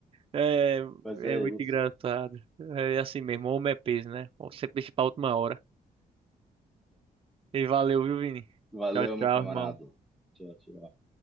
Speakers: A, on the right; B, in the centre.
A: é,
B: Mas
A: é
B: é
A: muito
B: isso.
A: engraçado. É assim mesmo, homem é peso, né? Sempre deixa pra última hora. E valeu, viu, Vini?
B: Valeu,
A: Tchau, tchau,
B: meu camarada.
A: irmão.
B: Tchau, tchau.